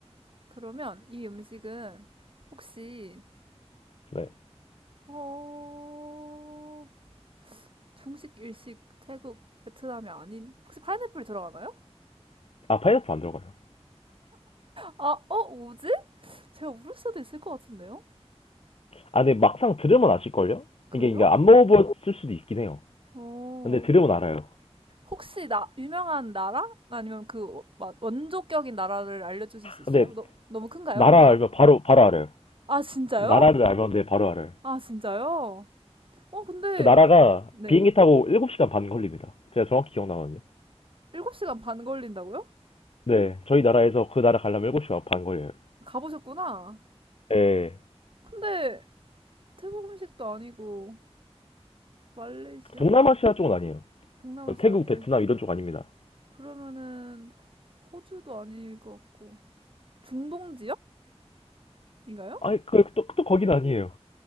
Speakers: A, on the right (about 55°); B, on the left (about 65°).
A: 그러면 이 음식은 혹시
B: 네.
A: 어, 중식, 일식, 태국, 베트남이 아닌 혹시 파인애플이 들어가나요?
B: 아 파인애플 안 들어가요.
A: 아, 어, 뭐지? 제가 모를 수도 있을 것 같은데요?
B: 아, 근데 막상 들으면 아실걸요?
A: 그래요?
B: 이게 이게 안 먹어봤을 수도 있긴 해요.
A: 오.
B: 근데 들으면 알아요.
A: 혹시 나 유명한 나라? 아니면 그 어, 막 원조격인 나라를 알려주실 수 있어요?
B: 근데
A: 너, 너무 큰가요,
B: 나라
A: 힌트가?
B: 알면 바로 바로 알아요.
A: 아, 진짜요?
B: 나라를 알면 네 바로 알아요.
A: 아, 진짜요? 어, 근데
B: 그 나라가
A: 네.
B: 비행기 타고 7시간 반 걸립니다. 제가 정확히 기억나거든요.
A: 7시간 반 걸린다고요?
B: 네, 저희 나라에서 그 나라 가려면 7시간 반 걸려요.
A: 가보셨구나.
B: 예,
A: 근데 태국 음식도 아니고 말레이시아?
B: 동남아시아 쪽은 아니에요.
A: 동남아시아
B: 그 태국,
A: 아니에요?
B: 베트남 이런 쪽 아닙니다.
A: 그러면은 호주도 아닐 것 같고 중동 지역인가요?
B: 아니, 그, 또, 또 거긴 아니에요.